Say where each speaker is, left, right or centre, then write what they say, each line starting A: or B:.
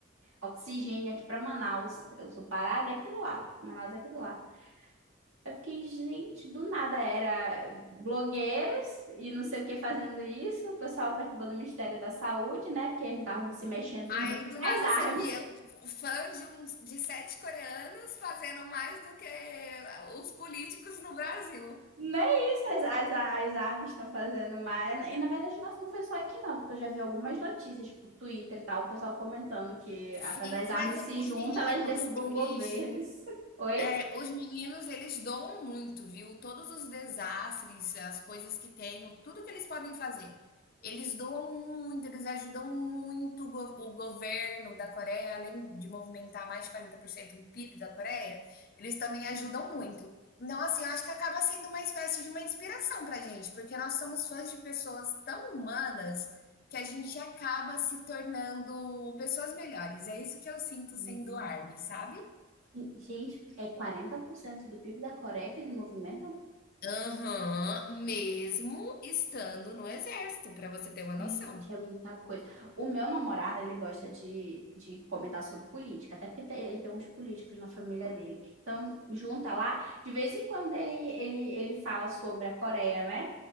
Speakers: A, on the right; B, on the left.
A: oxigênio aqui para Manaus. Eu sou do Pará, né? Aqui do lado. Manaus é aqui do lado. Eu fiquei, gente, do nada era blogueiros e não sei o que fazendo isso. O pessoal perturbando o Ministério da Saúde, né? Porque eles não estavam se mexendo
B: Aí
A: muito.
B: do
A: As
B: nada
A: armas.
B: você via fã de, uns, de sete coreanos fazendo mais do que os políticos no Brasil.
A: Não é isso, as, as, as árvores estão fazendo mais. E na verdade, nossa, não foi só aqui, não, porque eu já vi algumas notícias, tipo, Twitter e tal, o pessoal comentando que a
B: Sim,
A: cada as árvores
B: mas
A: se
B: os
A: juntam,
B: meninos,
A: elas derrubam
B: eles
A: governos. <laughs> Oi?
B: É, os meninos, eles doam muito, viu? Todos os desastres, as coisas que tenham, tudo que eles podem fazer. Eles doam muito, eles ajudam muito o, go- o governo da Coreia, além de movimentar mais de 40% do PIB da Coreia, eles também ajudam muito. Então, assim, eu acho que acaba sendo uma espécie de uma inspiração pra gente, porque nós somos fãs de pessoas tão humanas que a gente acaba se tornando pessoas melhores. É isso que eu sinto
A: Uhum.
B: sendo ARMY, sabe?
A: E, Gente, é 40% do PIB da Coreia que eles movimentam?
B: Aham, mesmo estando no exército, para você ter uma noção.
A: Gente, é muita coisa. O meu namorado, ele gosta de, de comentar sobre política, até porque tem- ele tem uns políticos na família dele. Então, junta lá, de vez em quando ele, ele, ele fala sobre a Coreia, né?